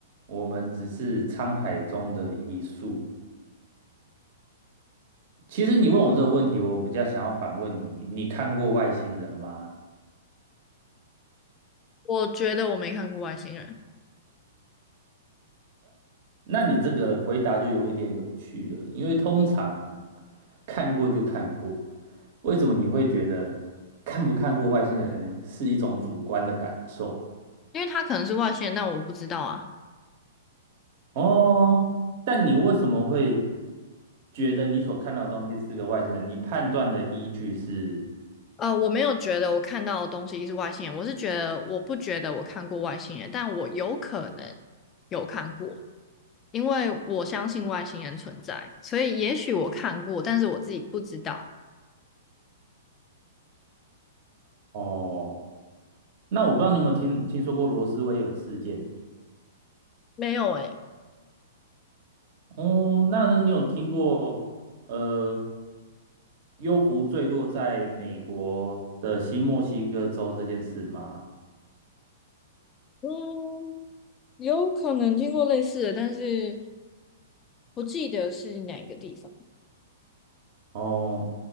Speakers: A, on the right; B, on the left.
A: 我们只是沧海中的一粟。其实你问我这个问题，我比较想要反问你，你看过外星人吗？
B: 我觉得我没看过外星人，
A: 那你这个回答就有一点有趣了，因为通常看过就看过。为什么你会觉得看不看过外星人是一种主观的感受？
B: 因为他可能是外星人，但我不知道啊。
A: 哦，但你为什么会觉得你所看到的东西是个外星人？你判断的依据是
B: 呃，我没有觉得我看到的东西是外星人，我是觉得我不觉得我看过外星人，但我有可能有看过，因为我相信外星人存在，所以也许我看过，但是我自己不知道。
A: 哦，那我不知道你有没有听听说过罗斯威尔事件？
B: 没有诶，
A: 哦，那你有听过呃幽浮坠落在美国的新墨西哥州这件事吗？
B: 嗯，有可能听过类似的，但是不记得是哪个地方。
A: 哦，